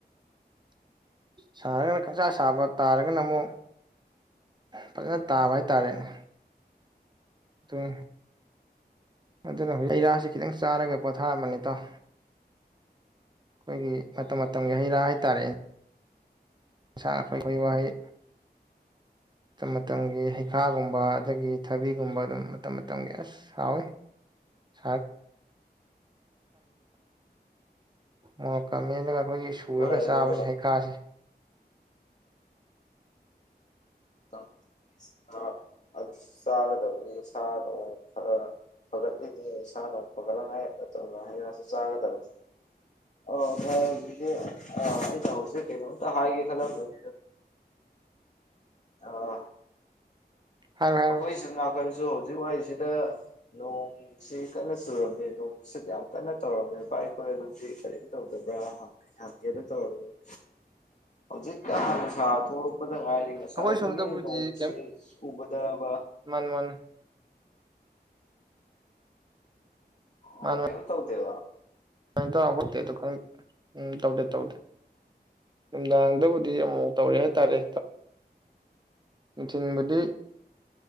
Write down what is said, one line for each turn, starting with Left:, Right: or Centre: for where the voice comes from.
Right: ꯁꯥꯔꯒꯅ ꯈꯪꯁꯥ ꯁꯥꯕ ꯇꯥꯔꯒꯅ ꯑꯃꯨꯛ ꯐꯖꯅ ꯇꯥꯕ ꯍꯥꯏꯇꯥꯔꯦꯅꯦ ꯇꯨꯡ ꯑꯗꯨꯅ ꯍꯧ ꯍꯩꯔꯥꯁꯦ ꯈꯤꯇꯪ ꯆꯥꯔꯒ ꯄꯣꯊꯥꯔꯝꯕꯅꯤ ꯢꯇꯥꯎ ꯈꯣꯏꯒꯤ ꯃꯇꯝ ꯃꯇꯝꯒꯤ ꯍꯩ ꯔꯥ ꯍꯥꯏꯇꯥꯔꯦ ꯁꯥ <unintelligible> ꯋꯥꯍꯩ ꯃꯇꯝ ꯃꯇꯝꯒꯤ ꯍꯩꯈꯥꯒꯨꯝꯕ ꯑꯗꯒꯤ ꯊꯕꯤꯒꯨꯝꯕ ꯑꯗꯨꯝ ꯃꯇꯝ ꯃꯇꯝꯒꯤ ꯑꯁ ꯍꯥꯥꯎꯋꯤ ꯁꯥꯛ ꯃꯣꯔꯣꯛꯀ ꯃꯦꯠꯂꯒ ꯑꯈꯣꯏꯒꯤ ꯁꯨꯔꯒ
Left: ꯚꯥꯏ ꯑꯗꯣ
Right: ꯆꯥꯕꯁꯦ ꯍꯩꯈꯥꯁꯦ
Left: <unintelligible> ꯑꯗꯨꯁꯨ ꯆꯥꯒꯗꯕꯅꯤ ꯁꯥ ꯅꯣꯡ ꯈꯔ ꯐꯒꯠꯂꯤꯅꯦ ꯏꯁꯥ ꯅꯨꯡ ꯐꯒꯠꯂꯉꯥꯏ ꯃꯇꯝꯗ ꯍꯩ ꯔꯁꯨ ꯆꯥꯒꯗꯕꯅꯤ ꯑ ꯚꯥꯏ ꯍꯧꯖꯤꯛꯁꯤ ꯑꯥ ꯑꯩꯅ ꯍꯧꯖꯤꯛ ꯀꯩꯩꯅꯣꯝꯇ ꯍꯥꯏꯒꯦ ꯈꯜꯂꯝꯕꯅꯦ ꯑ
Right: ꯍꯥꯏꯔꯣ ꯍꯥꯏꯔꯣ
Left: ꯑꯈꯣꯏ ꯁꯤꯝ ꯅꯥꯀꯟꯁꯨ ꯍꯧꯖꯤꯛ ꯋꯥꯏꯁꯤꯗ ꯅꯣꯡ ꯁꯤ ꯀꯟꯅ ꯆꯨꯔꯝꯃꯦ ꯅꯣꯡ ꯁꯤꯠ ꯌꯥꯝ ꯀꯟꯅ ꯇꯧꯔꯝꯃꯦ ꯚꯥꯏꯈꯣꯏ ꯑꯗꯣꯝꯗꯤ ꯀꯔꯤꯝ ꯇꯧꯗꯕ꯭ꯔꯥ ꯍꯪꯒꯦꯅ ꯇꯧꯔꯛ ꯑꯝꯃꯤ ꯍꯧꯖꯤꯛꯇ ꯍꯟꯅꯥꯁꯥ ꯊꯣꯑꯝꯃꯤ ꯄꯗ ꯉꯥꯏꯔꯤ ꯉꯁꯥꯏꯗꯒꯤ
Right: ꯑꯩꯈꯣꯏ ꯁꯣꯝꯗꯕꯨꯗꯤ
Left: ꯅꯣꯡꯁꯤ ꯆꯨꯕꯗꯕ
Right: ꯃꯅꯦ ꯃꯅꯤ ꯃꯥꯟ
Left: ꯑꯣ ꯀꯩꯏꯝ ꯇꯧꯗꯦꯕ
Right: <unintelligible> ꯎꯝ ꯇꯧꯗꯦ ꯇꯧꯗꯦ ꯅꯨꯡꯗꯥꯡꯗꯕꯨꯗꯤ ꯑꯃꯨꯃꯨꯛ ꯇꯧꯔꯦ ꯍꯥꯏꯇꯥꯔꯦ ꯃꯤ ꯇꯤꯟꯕꯗꯤ